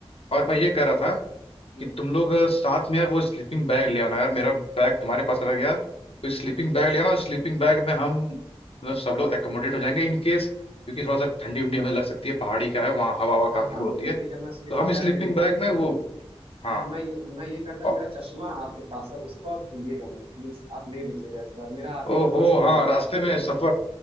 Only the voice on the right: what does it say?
हम्म,
ठीक
हाँ
हाँ
भैया
ठीक है मैं स्लीपिंग
बैग ले लूंगा
और मैं ये मैं ये करता कि मेरा
चश्मा आपके पास है उसको आप भूलिएगा मत प्लीज आप ले लीजिएगा इस बार मेरा आप
ही के पास छूट
गया था